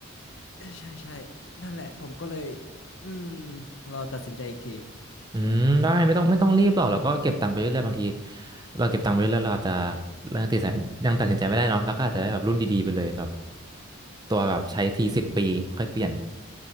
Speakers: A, on the left (about 60°); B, on the right (about 20°).
A: ๆเออใช่ใช่นั่นแหละผมก็เลยอืมรอตัดสินใจอีกที <laughs>
B: อืมได้ไม่ต้องไม่ต้องรีบหรอกแล้วก็เก็บตังค์ไปเรื่อยๆบางทีเราเก็บตังค์ไปเรื่อยๆเราอาจจะยังตัดสินยังตัดสินใจไม่ได้เนาะแล้วก็อาจจะได้แบบรุ่นดีๆไปเลยแบบตัวแบบใช้ทีสิบปีค่อยเปลี่ยน